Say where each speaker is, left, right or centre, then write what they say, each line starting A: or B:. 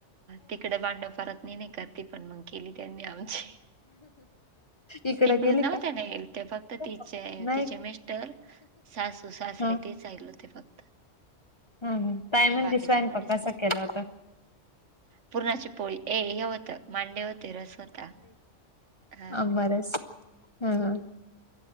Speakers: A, on the right; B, on the left.
A: तिकडे <inaudible> भांडव <inaudible> फत नाही नाही करते पण मग केली त्यांनी आमची
B: इकड
A: तिकडून
B: गेली
A: नव्हते
B: का
A: नाहील ते फक्त
B: नाही
A: तिचे तिचे
B: का
A: मि तर <inaudible> सास सु सास
B: हा
A: रे
B: हा
A: <inaudible> तेचचाहिल होते फक्त.
B: हम ताय <inaudible> म्ह
A: बाकीचं
B: दिसवायन
A: कोणीच
B: <inaudible> प कसं केला होत.
A: पुूर्णाची पोळी ए हे होत मांडे होते रस होता.
B: <inaudible>
A: हा
B: आंबरच हम हा.